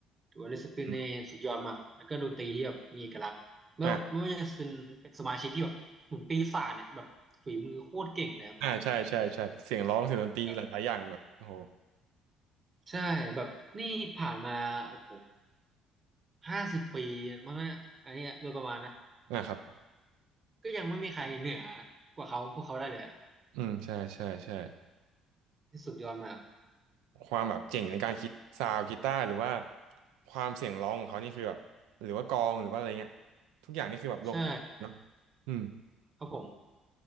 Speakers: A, on the right; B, on the right.
A: ถือว่าเลดเซปลินเนี่ยสุดยอดมากแล้วก็ดนตรีที่แบบมีเอกลักษณ์ไม่ว่าไม่ว่าจะเป็นเป็นสมาชิกที่แบบเหมือนปีศาจเนี่ยแบบฝีมือโคตรเก่งนะครับ
B: อมอ่าอ่าใช่ใช่ใช่เสียงร้องเสียงดนตรีหลายๆอย่างแบบโอ้โห
A: แบบ ใช่แบบนี่ผ่านมาโอ้โหห้าสิบปีมั้งนะอันเนี้ยโดยประมาณนะ
B: อ่าครับ
A: ก็ยังไม่มีใครเหนือกว่าเขาพวกเขาได้เลยอะ
B: อืมใช่ใช่ใช่
A: ที่สุดยอดมาก
B: ความแบบเก่งในการคิดซาวด์กีตาร์หรือว่า
A: อืม
B: ความเสียงร้องของเขานี่คือแบบหรือว่ากลองหรือว่าอะไรเงี้ยทุกอย่างนี่คือแบบลงตัวเนาะ
A: ใช่
B: อืม
A: ครับผม